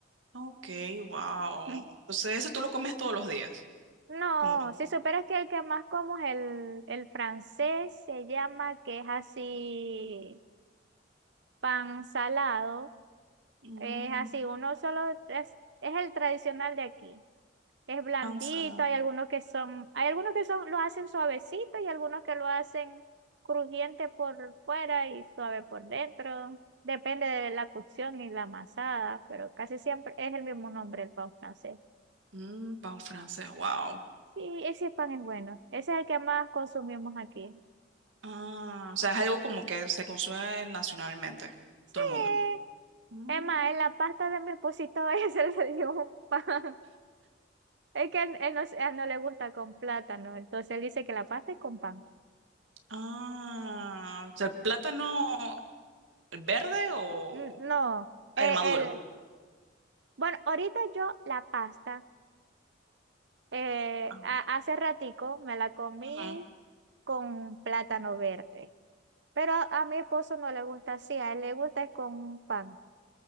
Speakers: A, on the right (about 85°); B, on the right (about 65°).
A: ok, wow.
B: <laughs>
A: Entonces, eso tú lo comes todos los días,
B: No,
A: como
B: si superas que el que más como es el, el francés, se llama, que es así, pan salado,
A: mm,
B: es así, uno solo, es, es el tradicional de aquí. Es blandito,
A: pan salado.
B: hay algunos que son, hay algunos que son, lo hacen suavecito y algunos que lo hacen crujiente por fuera y suave por dentro. Depende de la cocción y la amasada, pero casi siempre es el mismo nombre el pan francés.
A: Mm, pan francés, wow.
B: Sí, ese pan es bueno. Ese es el que más consumimos aquí.
A: Ah, o sea, es algo como que se consume nacionalmente,
B: Sí.
A: todo el mundo. Mm,
B: Es más, en la pasta de mi esposito <laughs> ese le dio un pan. Es que él, él no, a él no le gusta con plátano, entonces él dice que la pasta es con pan.
A: Ah, o sea, el plátano. el ¿Verde o
B: N- No,
A: el
B: él,
A: maduro?
B: él- Bueno, ahorita yo la pasta, eh,
A: Ah.
B: a- hace ratico me la comí
A: Ujú.
B: con plátano verde, pero a, a mi esposo no le gusta así, a él le gusta es con un pan,